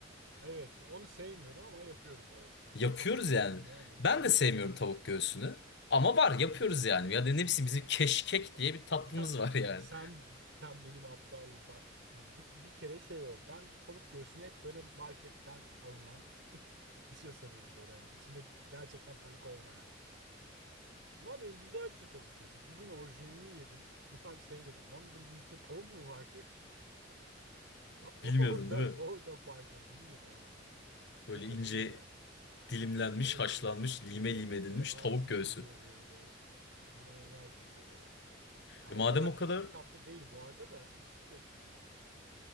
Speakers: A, on the right; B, on the left.
A: Evet, onu sevmiyorum ama yapıyoruz evet.
B: Yapıyoruz
A: O çok hoşuma
B: yani.
A: gitmiyor ama
B: Ben
A: evet
B: de sevmiyorum
A: yapıyoruz.
B: tavuk göğsünü. Ama var yapıyoruz yani. Ya da ne bileyim bizim
A: Evet.
B: keşkek
A: <laughs>
B: diye bir tatlımız
A: Ya
B: var yani.
A: sen sen benim aptallığım bak. Bir, bir kere şey oldu. Ben tavuk göğsünü hep böyle marketten alınan <laughs> bir şey sanıyorum böyle hani içinde gerçekten tavuk olmayan. Ulan diyorum güzel bir şey tavuk göğsü. Bir gün orijinalini yedim. Ulan şey dedim. Lan dedim bunun içinde tavuk mu var ki? <laughs> Orada
B: Bilmiyordun değil mi?
A: orada farkını bilmiyordum abi.
B: Böyle
A: Ve kötüydü
B: ince
A: yani.
B: dilimlenmiş,
A: Evet
B: haşlanmış,
A: evet.
B: lime lime edilmiş
A: Böyle ağzına
B: tavuk göğsü.
A: geliyor böyle. İ- inanılmaz bir şey ya. Ya
B: E,
A: o
B: madem
A: kadar
B: o
A: kötü
B: kadar
A: bir tatlı değil bu arada da şey yani.